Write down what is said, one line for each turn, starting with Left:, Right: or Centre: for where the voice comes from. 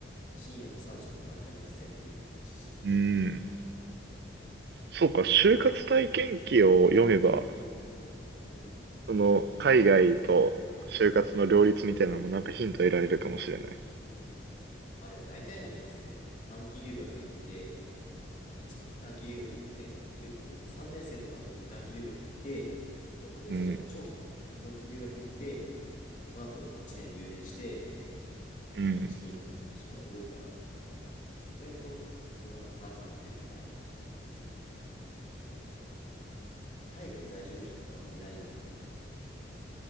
Left: 深夜の3食に毎回面接やってるみたいな話して。
Right: うん。そうか、就活体験記を読めば、
Left: うん。
Right: その海外と就活の両立みたいなのもなんかヒント得られるかもしれない。
Left: うん、まあでも大体の人はその短期留学行って、一短期留学行って、りん ?3 年生とかの時に短期留学行って、6ヶ月ぐらい、
Right: うん。
Left: 長期か。長期留学行って、その後1年留年して、
Right: うん。
Left: 卒業みたいな人が多いから、意外と、そのなんか、なんとかなってるみんな。海外在住の人とかあんまいないなって。